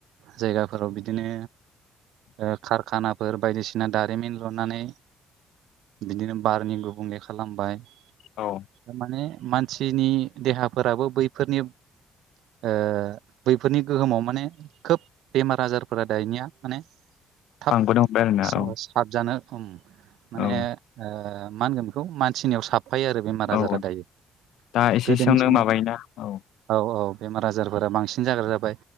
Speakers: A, on the right (about 85°); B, on the left (about 80°).
A: जायगाफोराव बिदिनो ओ कारखानाफोर बायदिसिना दारिमिन लुनानै बिदिनो बारनि गुबुंले खालामबाय।
B: औ
A: थारमाने मानसिनि देहाफोराबो बैफोरनि ओ बैफोरनि गोहोमाव माने खोब बेमार आजारफोरा दानिया माने थाब
B: आंबोनो हमबाय आरोना
A: सा-साबजानो
B: औ
A: माने
B: औ
A: ओ मा होनगोन बेखौ मानसिनियाव साबफायो आरो। बेमार आजारा
B: औ
A: दायो
B: दा एसेसोआवनो
A: गोदोनि समाव
B: माबायोना औ
A: औ औ बेमार आजारफोरा बांसिन जाग्रा जाबाय